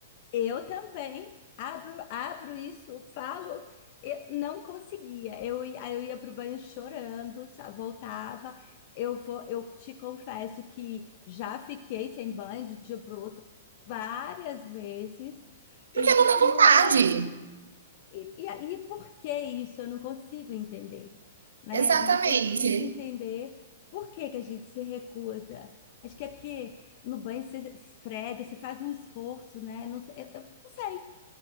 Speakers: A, on the left; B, on the right.
A: Eu também abro, abro isso, falo, eu não conseguia. Eu, ia- aí eu ia para o banho chorando, sa- voltava. Eu vou, eu te confesso que já fiquei sem banho de um dia para o outro várias vezes,
B: porque
A: e
B: não
A: isso
B: dá vontade.
A: não é E, e aí, por que isso? Eu não consigo entender, né?
B: Exatamente.
A: Não consigo entender por que que a gente se recusa. Acho que é porque no banho você se esfrega, você faz um esforço, né? Não sei, eu, eu não sei,